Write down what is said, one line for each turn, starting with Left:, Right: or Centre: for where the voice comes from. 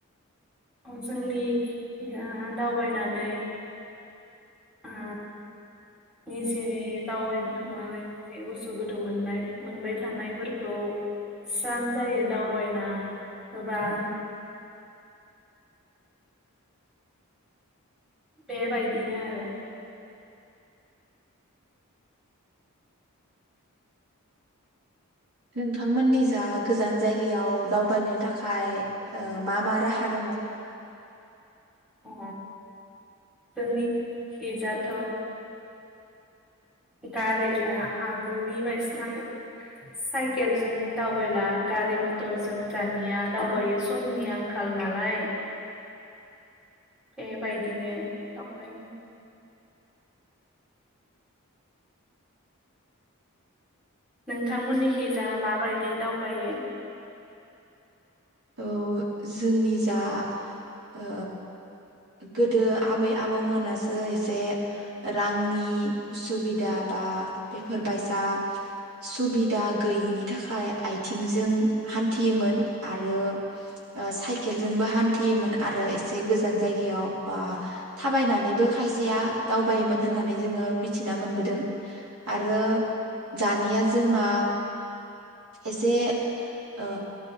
Centre: जोंनि दा दावबायनानै ओ निजेनि दावबायनो थांनानै उसु गुदु मोननाय मोनबाय थानायफोरखौ स्रां जायो दावबायना होबा बे बाय बिदिनो आरो।
Right: नोंथांमोननि जा गोजान जायगायाव दावबायनो थाखाय ओ मा मा राहा दङ?
Centre: अ जोंनिखि जाथ गारि आ आगोलनि बायसिना साइकेलजों दावबायला गारि मथरजों दानिया दावबायो समनि आंखाल नालाय। बेबायदिनो दावबायो। नोंथांमोननि खिजा माबायदि बि दावबायो?
Right: औ जोंनि जा ओ गोदो आबै आब मोनासो एसे रांनि उसुबिदा बा बेफोर बायसा सुबिदा गैयिनि थाखाय थाखाय आथिंजों हान्थियोमोन आरो आरो साइकेलजोंबो हान्थियोमोन आरो एसे गोजान जायगायाव बा थाबायनानैबो खायसेया दावबायोमोन होननानै जोङो मिथिना मोनबोदों आरो दानिया जोंना एसे ओ